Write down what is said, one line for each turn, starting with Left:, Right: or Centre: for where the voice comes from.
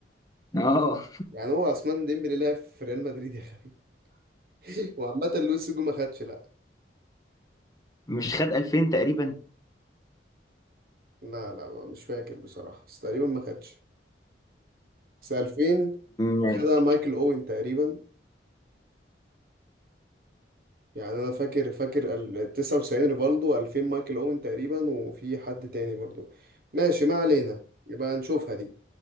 Left: أه
Right: يعني هو عثمان ديمبلي لعب في ريال مدريد يا خبيث <laughs> وعامة لويس فيجو ما خدش لا
Left: مش خد 2000 تقريبا
Right: لا لا ما- مش فاكر بصراحة بس تقريبا ما خدش بس 2000 واخدها
Left: ماشي
Right: مايكل اوين تقريبا يعني انا فاكر فاكر ال 99 ريفالدو 2000 مايكل اوين تقريبا وفي حد تاني برضو ماشي ما علينا يبقى نشوفها دي